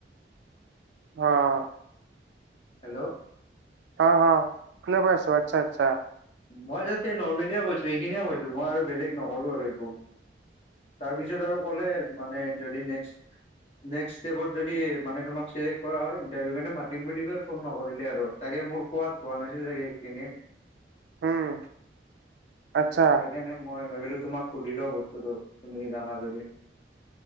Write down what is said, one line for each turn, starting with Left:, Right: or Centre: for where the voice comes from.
Right: অ।
Left: হেল্ল'।
Right: অ অ শুনা পাই আছো আচ্ছা আচ্ছা।
Left: মই জাষ্ট এই নৰ্মেলিয়ে কৈছো এইখিনিয়ে কৈছো মই আৰু বেলেগ নকলো আৰু একো। তাৰপিছত আৰু ক'লে মানে যদি নেক্স। নেক্সট ষ্টেপত যদি মানে তোমাক চিলেক্ট কৰা হয় ইটাৰভিউ কাৰনে মাতিম বুলি কৈ ফোন নকৰিলে আৰু তাকে মো। পোৱাত পোৱা নাছিলোঁ চাগে কিনে।
Right: উম আচ্ছা
Left: সেইকাৰণে মই ভাবিলো তোমাক সুধিলও বস্তুতটো তুমি জানা যদি।